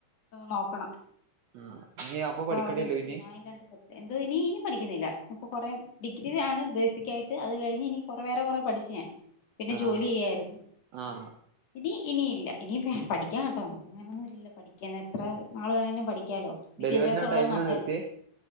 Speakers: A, on the left (about 55°); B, on the right (about 70°).
A: നോക്കണം.
B: <inaudible>
A: ഇപ്പൊ
B: പഠിക്കേണ്ടിയല്ലോ
A: അവളെയ്
B: ഇനി
A: ഞാൻ ഇല്ലാണ്ട് നിർത്തി. എന്ത് ഇനി ഇനി പഠിക്കുന്നില്ല അപ്പൊ കൊറേ ഡിഗ്രി ആണ് ബേസികായിട്ട് അത് കഴിഞ്ഞ് ഇനി കുറെ വേറെ കുറേ പഠിച്ച് പിന്നെ
B: ആഹ്
A: ജോലി ചെയ്യായിരുന്നു
B: ആഹ്
A: ഇനി ഇനിയില്ല. ഇനിയ പഠിക്കാൻ കേട്ടോ നമുക്ക് അങ്ങനൊന്നും ഇല്ലല്ലോ പഠിക്കാൻ എത്രാനാൾ വേണേലും പഠിക്കാലോ. വിദ്യാഭ്യാസം
B: ഡെലിവറിന്റെ ആ
A: ഉള്ളത്
B: ടൈമിനാ
A: നല്ലതല്ലേ
B: നിർത്തിയേ